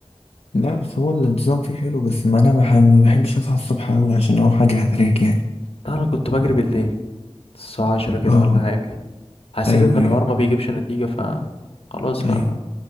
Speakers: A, on the left; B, on the left.
A: لا بس هو النظام فيه حلو بس ما انا بح- ما بحبش اصحى الصبح قوي عشان اروح اجري على التراك يعني
B: انا كنت بجري بالليل الساعه 10 كده
A: اه
B: ولا حاجه حسيت
A: ايوه
B: ان الحوار
A: ايوه
B: ما بيجيبش نتيجه ف خلاص بقى
A: ايوه
B: ما